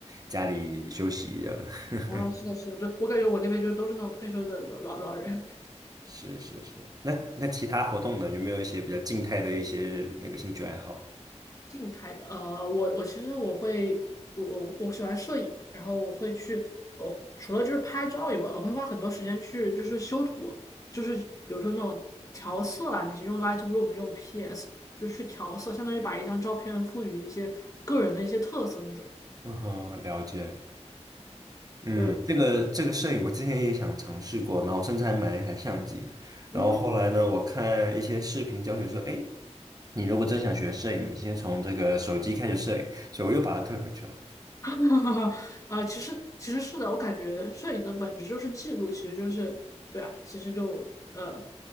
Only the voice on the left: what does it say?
啊，是的，是的，对，我感觉我那边就都是那种退休的老老老人。
静态的，呃，我我其实我会，我我我喜欢摄影，然后我会去，我除了就是拍照以外，我会花很多时间去就是修图，就是比如说那种调色啊，那些用 Lightroom 用 PS 就是去调色，相当于把一张照片赋予一些个人的一些特色那种，
就
嗯
哼，<laughs> 啊，其实其实是的，我感觉摄影的本质就是记录，其实就是对啊，其实就呃，